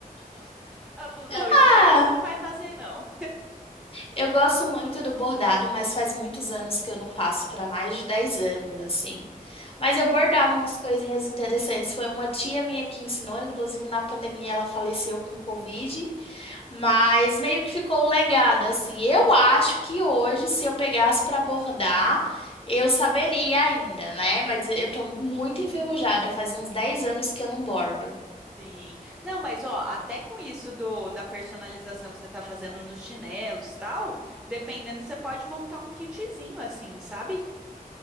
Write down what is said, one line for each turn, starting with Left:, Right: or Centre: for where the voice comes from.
Centre: <laughs> Ela falou: não, isso
Left: Ah!
Centre: aí você não vai fazer, não.
Left: Eu gosto muito do bordado, mas faz muitos anos que eu não faço, para mais de 10 anos, assim. Mas eu bordava umas coisinhas interessantes. Foi uma tia minha que ensinou, inclusive na pandemia ela faleceu com Covid, mas meio que ficou o legado, assim. Eu acho que hoje, se eu pegasse para bordar, eu saberia ainda, né? Mas eu tô muito
Centre: <laughs>
Left: enferrujada, faz uns 10 anos que eu não bordo.
Centre: Sim. Não, mas ó, até com isso do da personalização que você tá fazendo nos chinelos, tal, dependendo, você pode montar um kitzinho assim, sabe?